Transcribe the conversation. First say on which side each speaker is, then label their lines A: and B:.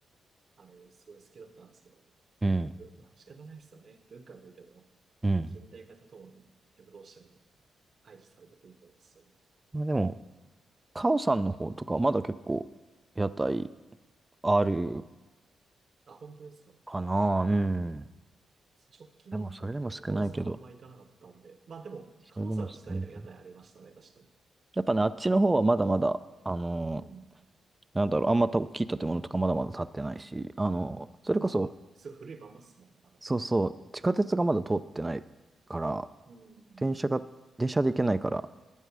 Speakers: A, on the right; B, on the right.
A: あれ、すごい好きだったんですけど、
B: うん。
A: まあ、ぶまあ、仕方ないですよね。文化にとっても、
B: うん。
A: まあ、近代化とともに、やっぱどうしても排除されてくるんですよね。
B: まあでも、カオさんの方とか、
A: ん
B: まだ結構、屋台ある
A: あ、本当ですか
B: かな。うん。
A: 直近で行った時多分カオさんあんま行かなかったんで、
B: でも、それでも少ないけど、
A: まあでも、カオさん自体は屋台ありましたね、
B: それでも少ないけど。
A: 確かに。
B: やっぱね、あっちの方はまだまだ、あのー
A: うん。
B: なんだろう、あんまた大きい建物とかまだまだ建ってないし、あのーそれこそ、
A: まあ、すごい古いまんまっすもんね、あの
B: そうそう、地下鉄がまだ通ってないから、
A: うん。うん。
B: 電車が、電車で行けないから、